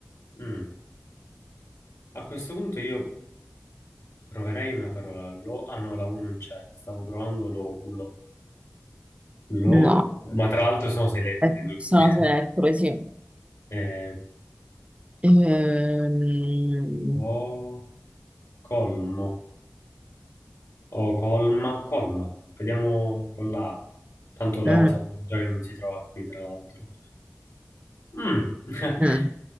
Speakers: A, on the left (about 80°); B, on the right (about 25°).
A: mm. A questo punto io proverei una parola. Lo, ah no, la U non c'è. Stavo provando l'oculo. Lo,
B: no,
A: ma tra l'altro sono sei lettere.
B: eh,
A: niente.
B: sono
A: <laughs>
B: tre lettere, sì.
A: Eh,
B: Ehm,
A: o colmo. O colma. Colma. Vediamo con la A. Tanto la
B: mm,
A: O sappiamo già che non si trova qui, tra l'altro. Mm. <laughs>
B: mm.